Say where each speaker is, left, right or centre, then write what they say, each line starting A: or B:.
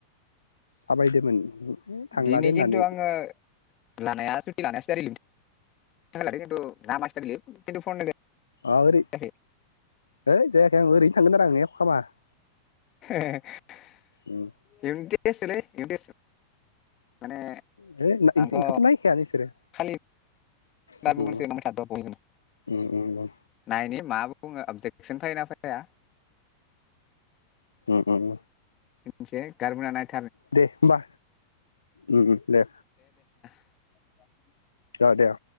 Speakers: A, on the left; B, on the left.
A: थाबायदोमोन थांलादो
B: दिनै
A: होननानै
B: खिन्थु आङो लानाया <unintelligible> <unintelligible>
A: ओ ओरै
B: जायाखै
A: है जायाखै आं ओरैनो थांगोन आरो <unintelligible>
B: <unintelligible>
A: उम
B: <unintelligible> माने
A: <unintelligible>
B: आंथ'
A: इखौथ' नायखायानो इसोरो।
B: खालि <unintelligible>
A: उम उम उम
B: नायनि मा बुङो <unintelligible> एक्सन फायोना फाया।
A: उम उम।
B: <unintelligible>
A: दे होमबा उम उम दे।
B: <inaudible>
A: अ दे अ।